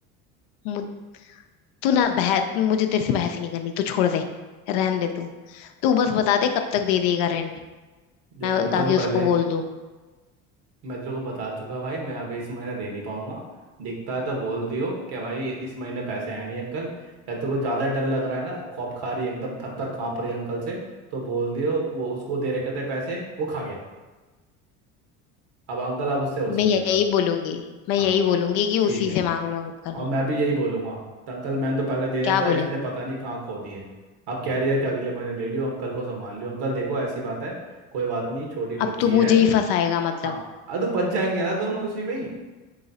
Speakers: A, on the left (about 70°); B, on the right (about 65°).
A: मु- तू ना बहस मुझे तेरे से बहस ही नहीं करनी तू छोड़ दे रहन दे तू तू बस बता दे कब तक दे देगा रेंट
B: देख
A: मैं
B: मैं तो
A: ताकि
B: को पहले
A: उसको बोल दूं
B: मैं तेरे को बता चुका भाई मैं अभी इस महीने दे नहीं पाऊंगा दिखता है तो बोल दियो कि भाई इस महीने पैसे आए नहीं अंकल या तेरे को ज़्यादा डर लग रहा है ना खौफ खा रही है, एकदम थर थर काँप रही है अंकल से तो बोल दियो वो उसको दे रखे थे पैसे वो खा गया अब अंकल आप उससे वसूल
A: मैं यही
B: लेना
A: बोलूंगी मैं
B: हाँ
A: यही बोलूंगी कि
B: ठीक
A: उसी
B: है
A: से मांग लो अंकल
B: और मैं भी यही बोलूंगा तो अंकल मैंने तो पहले दे दिया
A: क्या
B: था
A: बोले
B: इसने पता नहीं कहाँ खो दिए अब कह रही है कि अगले महीने ले लियो अंकल को संभाल लियो अंकल देखो ऐसी बात है कोई बात नहीं छोटी बच्ची
A: अब तो
B: है
A: मुझे ही फंसाएगा मतलब
B: हाँ अरे तो बच जाएंगे ना दोनों उसी में ही